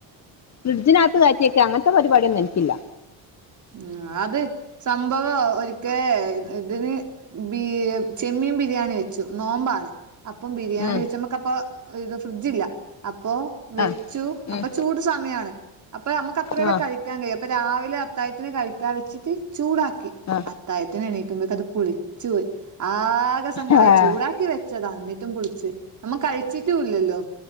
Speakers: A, on the left (about 35°); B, on the right (about 40°).
A: ഫ്രിഡ്ജ്ന് അകത്ത് കായറ്റിവെക്കാ അങ്ങനത്തെ പരിപാടി ഒന്നും എനിക്കില്ല
B: ഉ അത് സംഭവം ഒരിക്കേ ഇതിന് ബീ ചെമ്മീൻ ബിരിയാണി വെച്ചു നോമ്പ ആണ് അപ്പം ബിരിയാണി
A: ഉം
B: വെച്ചമ്മക്ക അപ്പൊ ഇത് ഫ്രിഡ്ജ് ഇില്ല അപ്പൊ വെച്ചു
A: ആ
B: അപ്പൊ
A: ഉം
B: ചൂട് സമയാണ് അപ്പൊ നമുക്ക് അത്രയല്ല
A: ആ
B: കഴിക്കാൻ കഴിയും അപ്പൊ രാവിലെ അത്തായത്തിന് കഴിക്കാൻ വെച്ചിട്ട് ചൂടാക്കി
A: ആ
B: അത്തായത്തിന് എണീക്കുമ്പോക്കും അത് പുളിച്ചു പോയി ആകെ സങ്കടമായി
A: ആ
B: ചൂടാക്കി വെച്ചതാ എന്നിട്ടും പുളിച്ച് പോയി നമ്മൾ കഴിച്ചിട്ടും ഇല്ലല്ലോ